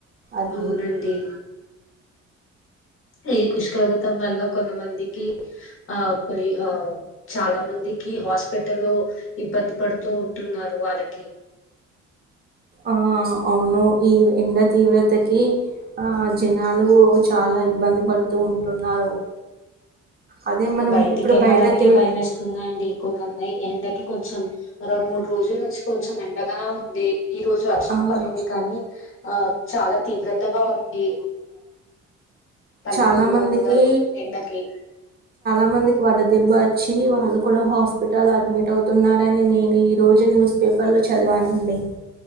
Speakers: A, on the right; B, on the left.
A: అది
B: అవునండి ఈ ఉష్కగత వల్ల కొంతమంది ఆ పరి ఆ చాలా మందికి హాస్పిటల్లో ఇబ్బంది పడుతూ ఉంటున్నారు వాళ్ళకి
A: ఆ అవును ఈ ఎండ తీవ్రతకి ఆ జనాలు చాలా ఇబ్బంది పడుతూ ఉంటున్నారు అదే
B: ఇక
A: మనం
B: బయటికి
A: ఇప్పుడు
B: వెళ్ళాలంటే
A: బయటకెళ్
B: భయం వస్తుందండి కొందం అ ఎండకి కొంచెం రెండు మూడు రోజుల నుంచి కొంచెం ఎండగాన ఈ రోజు వర్షం
A: అవును
B: పడింది కానీ ఆ చాలా తీవ్రతగా ఉంది పల్లెటూర్లో
A: చాలా మందికి
B: కూడా ఎండకి
A: కొంతమందికి వడ్డదేబ్బ వచ్చి వాళ్ళు కూడా హాస్పిటల్ అడ్మిట్ అవుతున్నారని నేను ఈరోజు న్యూస్ పేపర్లో చదివానండి